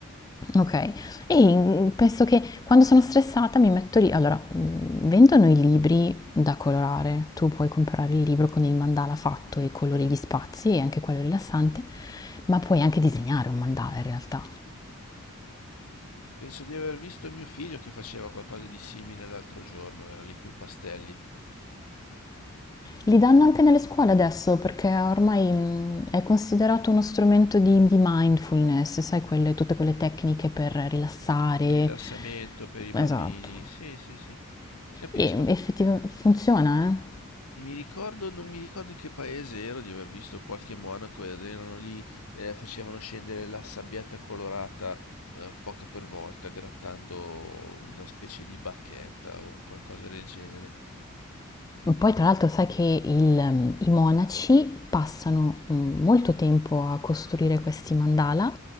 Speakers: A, on the left (about 15°); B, on the left (about 85°).
A: Okay. E, mhmm, penso che quando sono stressata mi metto lì allora, mhmm, vendono i libri da colorare, tu puoi comprare il libro con il mandala fatto e colori gli spazi e anche quello è rilassante, ma puoi anche disegnare un mandala in realtà.
B: Penso di aver visto mio figlio che faceva qualcosa di simile l'altro giorno, era lì coi pastelli.
A: Li danno anche nelle scuole adesso perché ormai, mhmm, è considerato uno strumento di di mindfulness, sai quelle tutte quelle tecniche per rilassare
B: Il rilassamento per i bambini.
A: esatto.
B: Sì, sì, sì. Capisco.
A: E effettiva funziona, eh.
B: Mi ricordo, non mi ricordo in che paese ero di aver visto qualche monaco ed erano lì, eh, facevano scendere la sabbietta colorata, eh, poco per volta, grattando una specie di bacchetta o qualcosa del genere.
A: Poi tra l'altro sai che il- ehm, i monaci passano mm, molto tempo a costruire questi mandala.